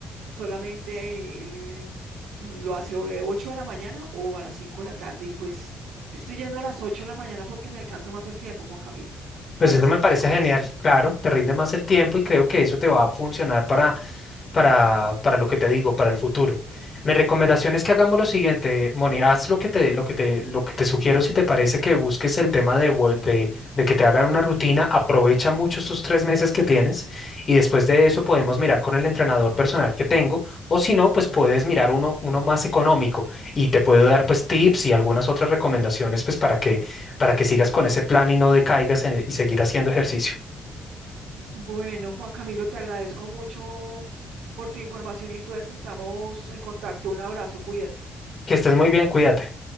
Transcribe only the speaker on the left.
Pues
eso
me parece
genial, claro, te rinde más el tiempo y creo que eso te va a funcionar para para, para lo que te digo, para el futuro. Mi recomendación es que hagamos lo siguiente, Moni, haz lo que te, lo que te, lo que te sugiero si te parece que busques el tema de, vol- de, de que te hagan una rutina, aprovecha mucho estos tres meses que tienes y después de eso podemos mirar con el entrenador personal que tengo o si no, pues puedes mirar uno, uno más económico y te puedo dar pues tips y algunas otras recomendaciones pues para que, para que sigas con ese plan y no decaigas en- y seguir haciendo ejercicio.
Que estés muy bien, cuídate.